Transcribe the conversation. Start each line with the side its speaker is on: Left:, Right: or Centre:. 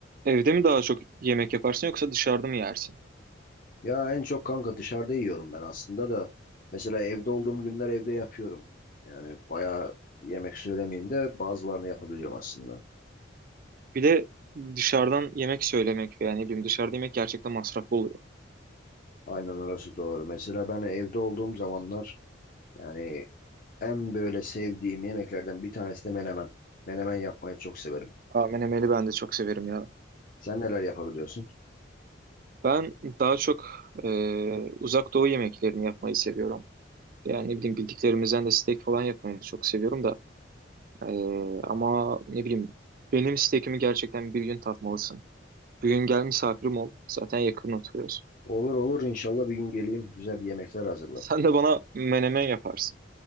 Right: Evde mi daha çok yemek yaparsın yoksa dışarıda mı yersin?
Left: Ya en çok kanka dışarıda yiyorum ben aslında da. Mesela evde olduğum günler evde yapıyorum. Yani bayağı yemek söylemeyeyim de bazılarını yapabiliyorum aslında.
Right: Bir de dışarıdan yemek söylemek veya ne bileyim dışarıda yemek gerçekten masraflı oluyor.
Left: Aynen orası doğru. Mesela ben evde olduğum zamanlar yani en böyle sevdiğim yemeklerden bir tanesi de menemen. Menemen yapmayı çok severim.
Right: Ha, menemeni ben de çok severim ya.
Left: Sen neler yapabiliyorsun?
Right: Ben daha çok e, uzak doğu yemeklerini yapmayı seviyorum. Yani ne bileyim bildiklerimizden de steak falan yapmayı çok seviyorum da. E, ama ne bileyim benim steakimi gerçekten bir gün tatmalısın. Bir gün gel misafirim ol. Zaten yakın oturuyoruz.
Left: Olur olur inşallah bir gün geleyim güzel bir yemekler hazırla.
Right: Sen de bana menemen yaparsın.